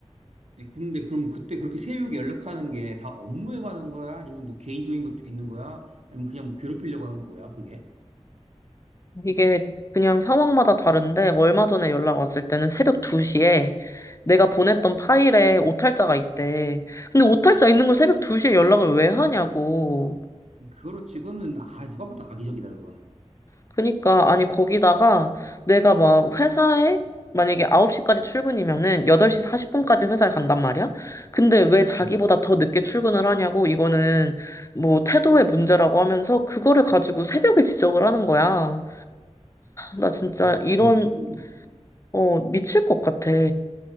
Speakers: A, on the right; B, on the left.
A: 예, 그런데 그럼 그때 그렇게 새벽에 연락하는 게 다 업무에 관한 거야? 아니면 뭐 개인적인 것도 있는 거야? 아니면 그냥 뭐 괴롭히려고 하는 건 뭐야, 그게?
B: 이게 그냥 상황마다 다른데 얼마 전에 연락 왔을 때는 새벽 2시에 내가 보냈던 파일에 오탈자가 있대. 근데 오탈자 있는 걸 새벽 2시에 연락을 왜 하냐고.
A: 그거로 찍으는 아, 누가 봐도 악의적이다, 그거는.
B: 그니까, 아니, 거기다가 내가 막 회사에 만약에 9시까지 출근이면은 8시 40분까지 회사에 간단 말이야? 근데 왜 자기보다
A: 음.
B: 더 늦게 출근을 하냐고, 이거는 뭐 태도의 문제라고 하면서 그거를 가지고 새벽에 지적을 하는 거야. 나 진짜
A: 야,
B: 이런,
A: 그거는,
B: 어, 미칠 것 같아.